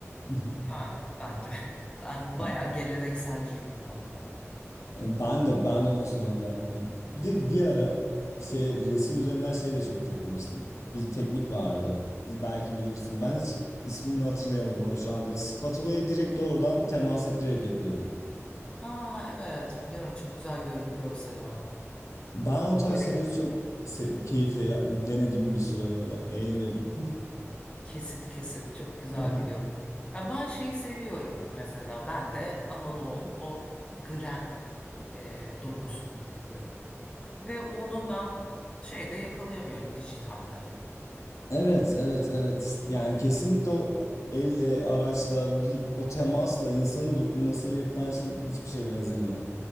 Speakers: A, on the left; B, on the left.
A: <laughs>
B: Yani bence. <laughs> Ben
A: Yani
B: bayağı gelenekselciyim bu konuda.
A: hani ben de ben de buna sonuna kadar katılıyorum. Bir de bir ara şey resim üzerinden şeye de çok takılmıştım. Bir teknik vardı. Belki bilirsin. Ben hiç ismini hatırlayamadım ama şu anda spatulayı direkt doğrudan temas ettirerek yapıyordum.
B: Ha evet biliyorum çok güzel gör- görseli var.
A: Ben o tarz
B: Böyle.
A: şeyleri çok se- keyifle ya- denedim bir süre böyle. Eğleniyordum.
B: Kesit kesit çok güzel
A: <laughs>
B: bir görsel. Ya ben şeyi seviyorum mesela ben de analoğun o gren e, dokusunu seviyorum. Ve onu ben şeyde yakalayamıyorum dijitalde.
A: Evet, evet, evet. İşte Yani kesinlikle o elle, araçla, bir o temasla, insanın dokunmasıyla yapılan şey hiçbir şeye benzemiyor.